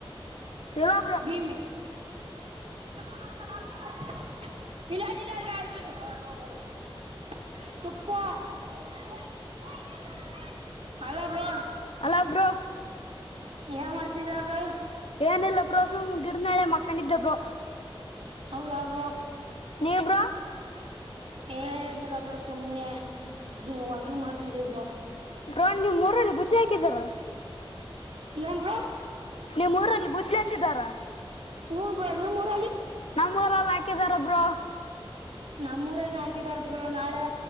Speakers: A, on the left; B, on the right.
A: ಹೇಳೊ ಬ್ರೋ.
B: ಭೀಮಿ <unintelligible> <unintelligible>
A: ಅಲಾ ಬ್ರೋ
B: ಏ ಮಾಡ್ತ ಇದ್ಯಾ ಬ್ರೋ
A: ಏನಿಲ್ಲ ಬೋ ಸುಮ್ ಗಿಡನಾಳೆ ಮಕ್ಕೊಂಡ ಇದಿದ್ದ ಬೋ
B: ಹೌದ ಬ್ರೋ
A: ನೀ ಬ್ರೋ
B: ಏ ಏನಿಲ್ಲ ಬ್ರ ಸುಮ್ನೆ ವಾಕಿಂಗ್ ಮಾಡ್ತಿದೇವ ಬ್ರ
A: ಬ್ರೋ ನೀವ್ ಮೂರಲ್ಲಿ ಗುಜರಿ ಹಾಕಿದ್ದರ
B: ಏನ್ ಬ್ರೋ
A: ನಿಮ್ಮ್ ಊರಲ್ಲಿ ಗುಜ್ಜೆ ಹಾಕಿದಾರಾ
B: ಹನ್ ಬ್ರೋ ನಿಮ್ ಊರಲ್ಲಿ
A: ನಮ್ಮ್ವರಲ್ಲ ಹಾಕಿದಾರೊಬ್ರು
B: ನಮ್ಮೂರ ಹಾಕಿದಾರಬ್ರು ನಳೆ